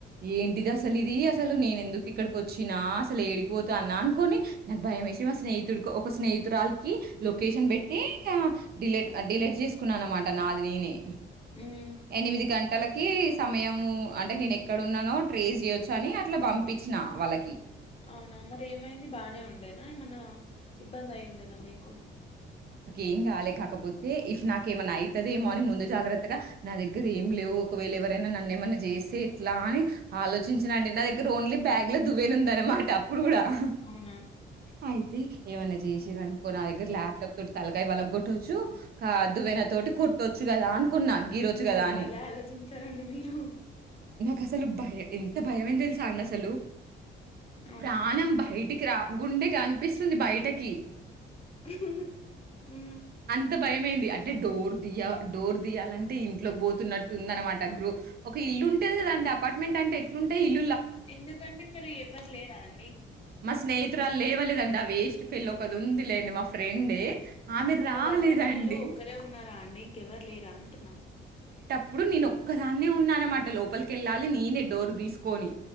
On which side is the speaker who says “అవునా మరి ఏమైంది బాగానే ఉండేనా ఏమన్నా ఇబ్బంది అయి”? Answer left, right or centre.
Left